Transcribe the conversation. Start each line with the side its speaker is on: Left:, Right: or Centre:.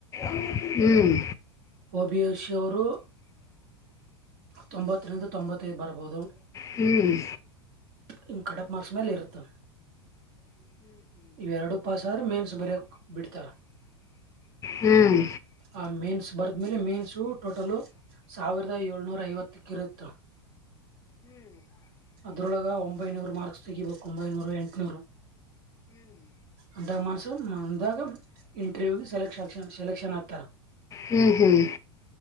Left: ಹ್ಮ್
Right: ಒ ಬಿ ಯಶಿ ಅವರು ತೊಂಬತ್ತರಿಂದ ತೊಂಬತ್ತೈದು ಬರಬಹುದು
Left: ಹ್ಮ್
Right: ಹನ್ ಕಡಪ ಮಾಸ ಮೇಲೆ ಇರ್ತ್ತ ಇವೆರಡುೂ ಪಾಸ್ ಆದ್ರೆ ಮೇನ್ಸ್ ಬರಕ್ ಬಿಡ್ತಾರ
Left: ಹ್ಮ್
Right: ಆ ಮೀನ್ಸ್ ಬರದ್ಮೇಲೆ ಮೀನ್ಸು ಟೋಟಲು ಸಾವಿರದ ಏಳ್ನೂರ ಐವತ್ತಕ್ಕ ಇರುತ್ತ ಅದ್ರೊಳಗ ಒಂಬೈನೂರು ಮಾರ್ಕ್ಸ್ ತೆಗಿಬೇಕು ಒಂಬೈನೂರು ಎಂಟುನೂರು ಅಂದಾಗ ಮನ್ಸ ಅಂದಾಗ ಇಂಟರ್ವ್ಯೂ ಸೆಲೆ ಆ ಸೆಲೆಕ್ಷನ್ ಆಗ್ತಾರ
Left: ಹ್ಮ್ ಹ್ಮ್